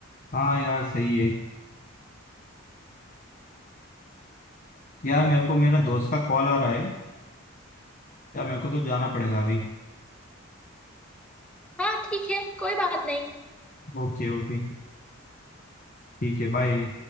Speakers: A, on the left; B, in the centre.
A: हाँ यार सही है यार मेरे को मेरा दोस्त का कॉल आ रहा है यार मेरे को तो जाना पड़ेगा अभी
B: हाँ ठीक है कोई बात नहीं
A: ओके ओके ठीक है बाय